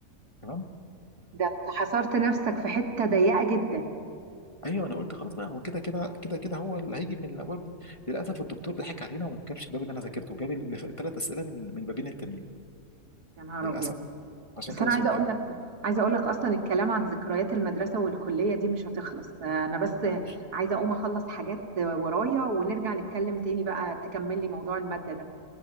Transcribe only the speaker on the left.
تمام
ايوه انا قلت خلاص بقى هو كده كده كده كده هو اللي هيجي من الابواب دي للاسف الدكتور ضحك علينا وما جابش الباب اللي انا ذاكرته جاب الثلاث <laughs> اسئله من من بابين التانيين
للاسف
عشان
كده
شلتها
أنا مش-